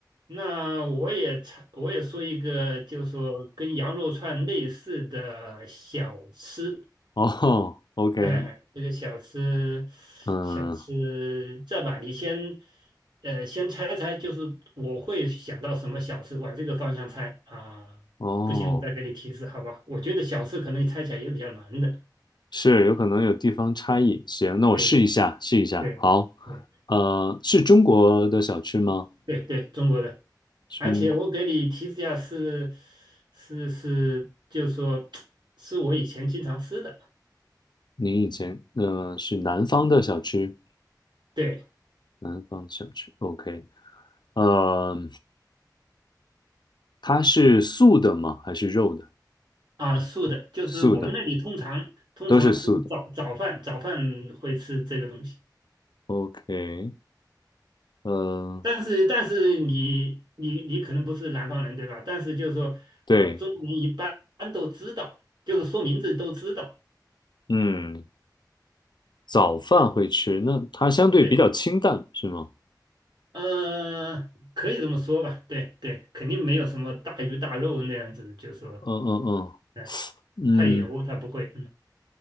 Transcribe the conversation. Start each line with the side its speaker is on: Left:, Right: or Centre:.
Right: 那我也插我也说一个，就是说跟羊肉串类似的小吃，
Left: 哦，OK，
Right: 哎，这个小吃，
Left: 嗯，
Right: 小吃，这样吧，你先，呃，先猜猜，就是我会想到什么小吃，往这个方向猜啊。
Left: 哦。
Right: 不行，我再给你提示，好吧？我觉得小吃可能你猜起来也比较难的。
Left: 是有可能有地方差异。行，那我试一下，
Right: 对对
Left: 试一下。
Right: 对对
Left: 好，呃，是中国的小吃吗？
Right: 对对，中国的。
Left: 中，
Right: 而且我给你提示一下是，是是就是说 <tsk> 是我以前经常吃的。
Left: 您以前呃是南方的小吃，
Right: 对
Left: 南方的小吃。OK，呃，它是素的吗？还是肉的？
Right: 啊，素的，就是我们那里通常通常是早早饭早饭会吃这个东西。
Left: 素的，都是素的。OK，呃，
Right: 但是但是你你你可能不是南方人对吧？但是就是说，
Left: 对，
Right: 呃，中国人一般都知道，就是说名字都知道，
Left: 嗯，早饭会吃，那它相对比较清淡，
Right: 对，
Left: 是吗？
Right: 呃，可以这么说吧，对对，肯定没有什么大鱼大肉那样子，就是说，
Left: 嗯嗯
Right: 嗯，
Left: 嗯嗯，
Right: 太油他不会，